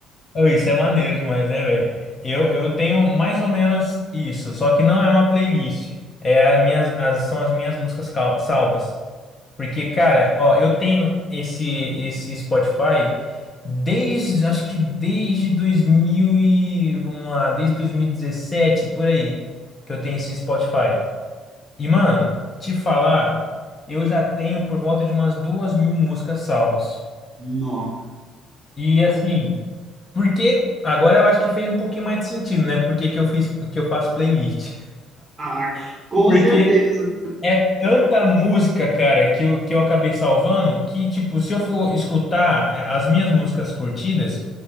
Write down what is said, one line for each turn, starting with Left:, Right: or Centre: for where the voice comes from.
Left: Oh, isso é maneiro demais, né, velho? Eu, eu tenho mais ou menos isso, só que não é uma playlist. É as minhas, as, são as minhas músicas cal- salvas. Porque, cara, ó, eu tenho esse, esse Spotify desde, acho que desde 2000 e, vamos lá, desde 2017, por aí, que eu tenho esse Spotify. E, mano, te falar, eu já tenho por volta de umas duas mil músicas salvas.
Right: Nó.
Left: E, assim... Porque agora eu acho que fez um pouquinho mais de sentido, né? Por que que eu fiz, que eu faço playlist?
Right: <laughs>
Left: <laughs>
Right: Com
Left: Porque
Right: certeza.
Left: é tanta música, cara, que eu, que eu acabei salvando que, tipo, se eu for escutar eh, as minhas músicas curtidas,